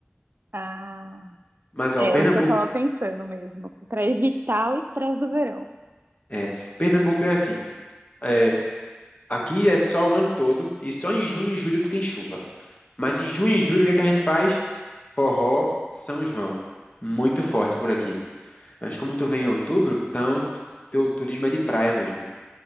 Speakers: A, on the right; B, on the left.
A: Ah,
B: Mas ó,
A: é
B: Pernambuco
A: é o que eu tava pensando mesmo, para evitar o estresse do verão.
B: é, Pernambuco é assim. É, aqui é só o ano todo e só em junho e julho que tem chuva. Mas em junho e julho o que é que a gente faz? Forró, São João. Muito forte por aqui. Mas como tu vem em outubro, então teu turismo é de praia mesmo.